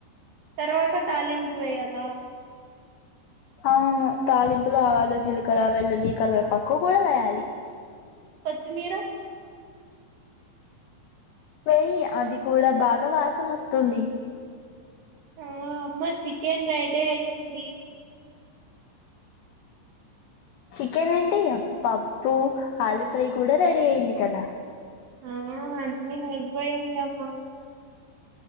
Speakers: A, on the right; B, on the left.
A: తర్వాత తాలింపు వేయాల
B: అవును తాలింపులు ఆవాలు జీలకర వెల్లుల్లి కరివేపాకు కూడా వేయాలి
A: కొత్తిమీర
B: వెయ్యి అది కూడా బాగా వాసన వస్తుంది
A: ఆ అమ్మ చికెన్ రెడీ అయ్యింది
B: చికెన్ ఏంటి పప్పు ఆలు ఫ్రై కూడా రెడీ అయింది కదా
A: ఆ అన్నీ అయిపోయాయి అమ్మ